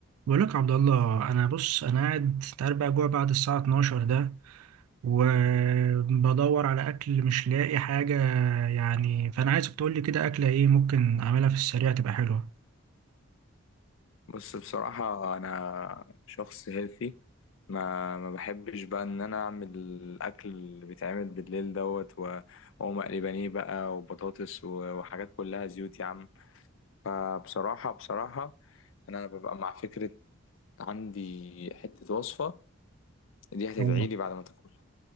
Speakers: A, on the right; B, on the left.
A: بقول لك يا عبد الله انا بص انا قاعد أنت عارف بقى جوع بعد الساعه 12 ده وبدور على اكل مش لاقي حاجه يعني فانا عايزك تقول لي كده اكله ايه ممكن اعملها في السريع تبقى حلوه
B: بص بصراحة أنا شخص هيلثي ما ما بحبش بقى إن أنا أعمل الأكل اللي بيتعمل بالليل دوت و- وأقوم أقلي بانيه بقى وبطاطس و- وحاجات كلها زيوت يا عم فبصراحة بصراحة أنا ببقى مع فكرة عندي حتة وصفة دي هتدعيلي
A: آه.
B: بعد ما تاكلها